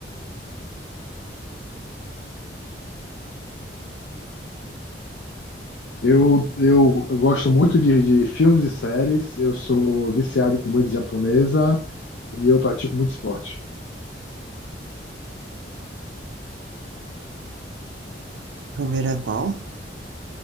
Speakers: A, on the left (about 80°); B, on the right (about 85°).
A: Eu, eu, eu gosto muito de, de filmes e séries, eu sou viciado em comida japonesa e eu pratico muito esporte.
B: Primeiro é qual?